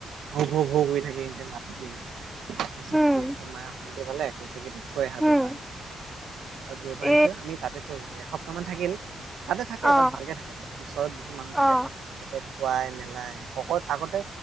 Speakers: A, on the right; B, in the centre.
A: ভৌ ভ ভৌ গৈ থাকে এ ৰাতিটো। তাৰপিছত
B: উম
A: কি দ পালে একৈছে কিন্তটো থৈ আহা জ
B: উম
A: প জ পানছ
B: এ
A: আমি তাতে থৰিলো এ বৰ্তমান থাকিল তাতে থাকে
B: অ
A: তাত ভালকে থাকে তাত ওচৰত বহুত মানুহ
B: অ
A: থাকে ততে খুৱাই মেলাই শকত আগতে